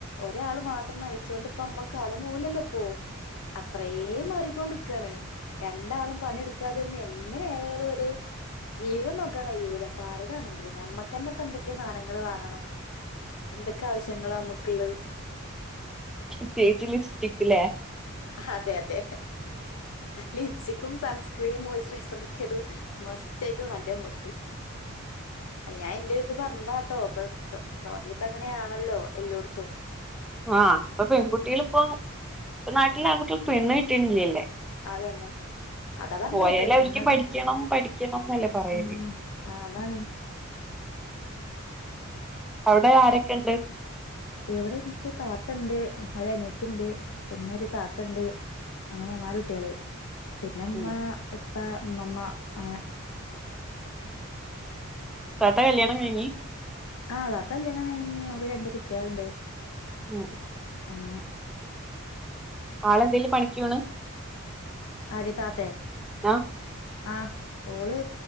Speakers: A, on the left (about 80°); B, in the centre.
A: ഒരാള് മാത്രം നയിച്ചൊണ്ട് ഇപ്പ നമ്മ കാലം പോവൂലല്ലോ ഇപ്പോ അത്രയും- <unintelligible> മാറിക്കൊണ്ട്ക്കാണ് രണ്ടാളും പണിടുക്കാതെ ഒന്നും എങ്ങനെ ആയാലും ഒരു- ജീവിതം നോക്കാൻ കഴിയൂല ഇപ്പ ആരതാണെങ്കിലും ഞമ്മക്ക് തന്നെ ഇപ്പൊ എന്തൊക്കെയോ സാധനങ്ങള് വാങ്ങണം. എന്തൊക്കെ ആവശ്യങ്ങളാ നമ്മക്കുള്ളത്
B: പ്രത്യേകിച്ച് ലിപ്സ്റ്റിക്ക് ഇല്ലേ
A: അതെ അതെ ലിപ്സ്റ്റിക്കും സൺസ്ക്രീനും മോയ്സ്റ്ററൈസറൊക്കെയാണ് മസ്റ്റ് ആയിട്ട് വേണ്ടേ നമ്മക്ക് അല്ല ഞാൻ ഇന്റെ ഒരിത് പറഞ്ഞതാട്ടോ ഇപ്പ <unintelligible> ട്ടോ ടോട്ടല് ഇപ്പ അങ്ങനെയാണല്ലോ എല്ലോട്ത്തും
B: ആഹ് ഇപ്പൊ പെൺകുട്ടികളിപ്പോ ഇപ്പ നാട്ടിലാങ്കുട്യാൾക്ക് പെണ്ണ് കിട്ടീണില്ലല്ലേ
A: അതന്നെ അതാ പറഞ്ഞേ
B: പോയാലവരിക്ക്
A: പെണ്ണുങ്ങൾക്ക്
B: പഠിക്കണം പഠിക്കണംന്നല്ലേ പറയല്
A: ഉം ആ അതാണ്
B: അവിടെ ആരൊക്കെണ്ട്
A: ഇവിടെനിക്ക് താത്തണ്ട് ഒരനിയത്തിണ്ട് പിന്നെരു കാക്കണ്ട് അങ്ങനെ നാല് കുട്ട്യേള് പിന്നെമ്മാ
B: ഉം
A: ഇപ്പാ ഉമ്മമ്മ അങ്ങനെ
B: താത്ത കല്ല്യാണം കഴിഞ്ഞി
A: ആഹ് താത്ത കല്ല്യാണം കഴിഞ്ഞ് ഓൾക്ക് രണ്ട് കുട്ട്യേള്ണ്ട്
B: ഉം
A: അങ്ങനെ
B: ആളെന്തേലും പണിക്കോണ്
A: ആര് താത്തേ
B: ആ
A: ആഹ് ഓള്